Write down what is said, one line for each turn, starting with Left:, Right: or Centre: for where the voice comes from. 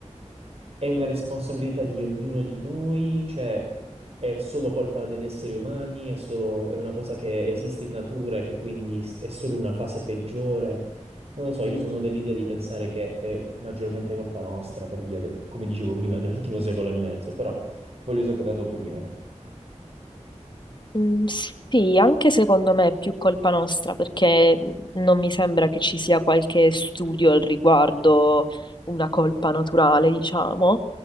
Right: È una responsabilità di ognuno di noi, cioè è solo colpa degli esseri umani, è solo, è una cosa che esiste in natura e che quindi s- è solo una fase peggiore. Non lo so, io sono dell'idea di pensare che è maggiormente colpa nostra per via, de- come dicevo prima, <laughs> dell'ultimo secolo e mezzo, però voglio sapere la tua opinione.
Left: Mm, Sì, anche secondo me è più colpa nostra perché non mi sembra che ci sia qualche studio al riguardo, una colpa naturale, diciamo,